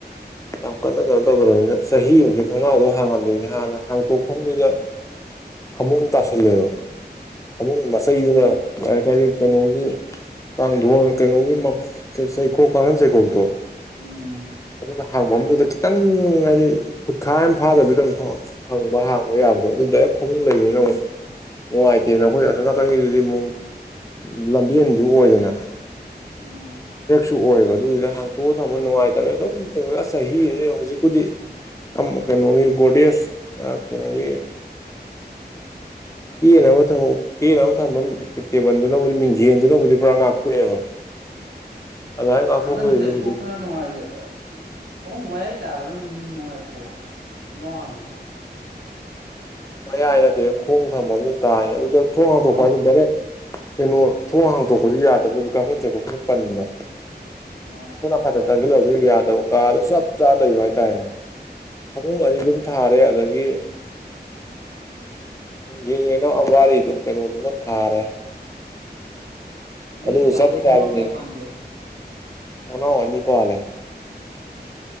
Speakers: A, on the left; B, on the right.
A: ꯌꯥꯝ ꯀꯟꯅ ꯀꯩꯅꯣ ꯇꯧꯗ꯭ꯔꯕꯅꯤꯅ ꯆꯍꯤ ꯑꯃꯒꯤꯃꯨꯛꯀꯤ ꯊꯣꯡꯅꯥꯎꯗꯣ ꯍꯥꯡꯉꯝꯗꯣꯏꯅꯤ ꯍꯥꯟꯅ ꯍꯥꯡꯇꯣꯛꯐꯝꯗꯨꯗ ꯐꯃꯨꯡ ꯇꯁꯤꯜꯂꯦꯕ ꯐꯃꯨꯡ ꯃꯆꯩꯗꯨꯅ ꯂꯩ ꯀꯔꯤ ꯀꯩꯅꯣꯒꯤ ꯀꯥꯡꯊꯣ ꯀꯩꯅꯣꯒꯤ ꯆꯩꯈꯣꯛ ꯀꯥꯡꯈꯟ ꯆꯩꯈꯣꯛ ꯇꯣ
B: ꯎꯝ
A: ꯑꯗꯨꯅ ꯍꯥꯡꯐꯝꯗꯨꯗ ꯈꯤꯇꯪ ꯍꯥꯏꯗꯤ ꯐꯨꯠꯈꯥ ꯌꯥꯝ ꯐꯥꯗꯕꯤꯗꯪ ꯐꯪꯕ ꯍꯥꯡꯕ ꯌꯥꯕꯗꯣ ꯑꯗꯨꯗꯦꯛ ꯐꯪ ꯂꯩꯕꯅꯤꯅ ꯑꯃꯨꯛ ꯅꯨꯡꯉꯥꯏꯇꯦꯅ ꯑꯩꯈꯣꯏ ꯑꯁꯣꯝ ꯅꯥꯀꯟꯒꯤꯗꯨꯗꯤ ꯑꯃꯨꯛ ꯂꯝꯕꯦꯟꯁꯨ ꯑꯣꯏꯗꯅ
B: ꯎꯝ
A: ꯇꯨ ꯑꯣꯏꯑꯕ ꯑꯗꯨꯒꯤꯗ ꯍꯥꯡꯇꯣꯛꯑꯒ ꯊꯝꯕ ꯅꯨꯡꯉꯥꯏꯇꯕ ꯑꯗꯨꯝ ꯆꯍꯤ ꯍꯧꯖꯤꯛꯄꯨꯗꯤ ꯎꯝ ꯀꯩꯅꯣꯒꯤ ꯒꯣꯔꯗꯦꯖ ꯀꯩꯅꯣꯒꯤ ꯀꯦꯅꯕ ꯊꯝꯃ ꯀꯦꯅꯕ ꯊꯝꯐꯝ ꯇꯦꯕꯜꯗꯨꯅꯕꯨꯗꯤ ꯃꯤꯡꯖꯦꯟꯗꯨꯅꯕꯨꯗꯤ ꯄꯨꯔꯥ ꯉꯥꯛꯊꯣꯛꯑꯦꯕ <inaudible> ꯑꯗꯨꯃꯥꯏꯅ ꯉꯥꯛꯊꯣꯛꯄꯗꯩꯗꯤ
B: ꯀꯥꯡꯒꯟ ꯇꯦꯛꯊꯣꯛꯇꯨꯅ
A: ꯍꯧꯖꯤꯛ
B: ꯅꯨꯡꯉꯥꯏꯖꯦ ꯐꯃꯨꯡ ꯃꯌꯥꯏ ꯇꯥꯕ ꯕꯔ꯭ ꯍꯣꯔꯦꯟ ꯅꯨꯡꯉꯥꯏꯇ꯭ꯔꯣ ꯊꯨꯡꯅꯥꯎ ꯍꯥꯡꯕꯕꯨ
A: ꯃꯌꯥꯏ ꯅꯠꯇꯦ ꯈꯣꯡ ꯊꯐꯝꯁꯨ ꯇꯥꯏ ꯑꯗꯨꯗ ꯊꯣꯡ
B: ꯑꯣ
A: ꯍꯥꯊꯣꯛꯄ ꯍꯥꯏꯗ ꯗꯥꯏꯔꯦꯛ ꯀꯩꯅꯣ ꯊꯣꯡ ꯍꯥꯡꯇꯣꯛꯄꯁꯨ ꯌꯥꯗꯕ ꯍꯧꯖꯤꯛ ꯀꯥꯡꯈꯟ ꯆꯀꯣꯛꯈꯅ ꯄꯟꯕ ꯑꯩꯈꯣꯏꯅꯅꯥꯟꯗ
B: ꯑꯣ ꯑꯩꯁꯨ
A: ꯆꯪꯁꯤꯜꯂꯁꯨ ꯌꯥꯗꯕ ꯀꯥꯗ ꯆꯞ ꯆꯥꯅ ꯂꯩꯕ ꯍꯥꯏꯇꯥꯔꯦꯅꯦ ꯐꯃꯨꯡ
B: ꯑꯣ
A: ꯑꯅꯤ ꯑꯗꯨꯝ
B: ꯑꯩ
A: ꯊꯥꯔꯦ ꯑꯗꯒꯤ ꯌꯦꯅꯣ ꯑꯋꯥꯔ ꯏꯗꯨ ꯀꯩꯅꯗꯨꯕꯨ ꯊꯥꯔꯦ
B: ꯅꯪꯒꯤ
A: ꯑꯗꯨꯕꯨ
B: ꯀꯥꯗ
A: ꯆꯞ ꯆꯥꯃꯤ
B: ꯊꯣꯡꯅꯥꯎ ꯀꯌꯥ ꯄꯥꯟꯒꯦ
A: ꯀꯅꯥꯎ ꯑꯅꯤ ꯄꯥꯜꯂꯦ